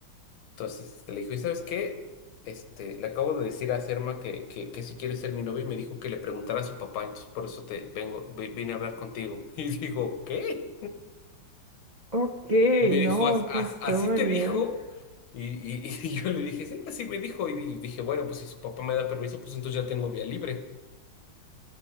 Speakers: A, on the left; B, on the right.
A: Entonces este, le dijo, ¿y sabes qué? Este, le acabo de decir a Serma que, que, que si quiere ser mi novia y me dijo que le preguntara a su papá, entonces por eso te vengo, vi- vine a hablar contigo. <laughs> Y digo, ¿qué?
B: ok,
A: Y me
B: no,
A: dijo, "¿As-
B: qué
A: as-
B: historia.
A: ¿así te dijo? Y, y- <laughs> y yo le dije, sí, así me dijo. Y di- dije, bueno, pues si su papá me da permiso, pues entonces ya tengo vía libre.